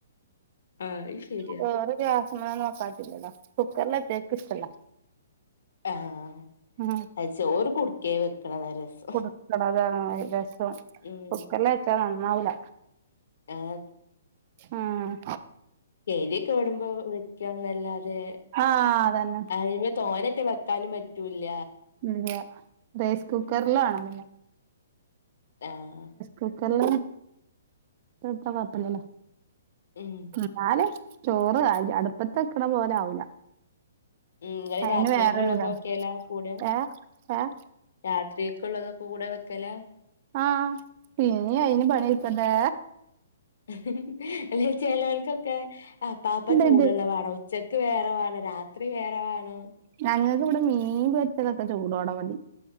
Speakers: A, on the left; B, on the right.
A: അത് ശരിയാ
B: ചോറ് ഗ്യാസ് മലെന്നും വക്കാൻ പറ്റൂല ടാ കുക്കറ്ൽ വെച്ചാ ൻക്ക് ഇഷ്ടല്ല
A: ആഹ്
B: ഉം
A: ചോർ കുടുക്കേ വെക്കണത രസം
B: കൊടുക്കണതാണ് ഏകദേശം
A: ഉം
B: കുക്കറിൽ വെച്ചാ നന്നാവൂല
A: ആഡ്
B: ആഹ്
A: എഴ്തിയൊക്കെ ഓടുമ്പോ വെക്കാന്നല്ലാതെ
B: ആഹ് അതന്നെ
A: അയ് തോനെട്ട് വെക്കാനും പറ്റൂല
B: ഇല്ല റൈസ് കുക്കറില ആവണം പിന്നെ
A: ആഹ്
B: കുക്കറില് ഇട്ട് വെച്ച കുഴപ്പ ഇല്ലല്ലോ
A: ഉം
B: എന്നാലും ചോറ് ആയി അടുപ്പത്തെക്കണ പോലെ ആവൂല
A: ഉം ങൾ
B: അയിന്
A: രാത്രിയക്കുള്ളൊക്കെ
B: വേറൊരിതാ
A: വെക്കലാ കൂടെ
B: ഏഹ് ഏഹ്
A: രാത്രിയൊക്കെ ഉള്ളതൊക്കെ കൂടെ വെക്കല
B: ആഹ് പിന്നീ അയിന് പണിട്ക്കണ്ടേ
A: ഹ് ഹ് ചിലോര്ക്കൊക്കെ അപ്പാ അപ്പ ചൂടുള്ള
B: ഉണ്ട്
A: വേണം ഉച്ചെക്ക് വേറെവേണം രാത്രി വേറെ വേണം
B: ഞങ്ങൾക്ക് ഇവിടെ മീൻ പൊരിച്ചതൊക്കെ ചൂടോട മതി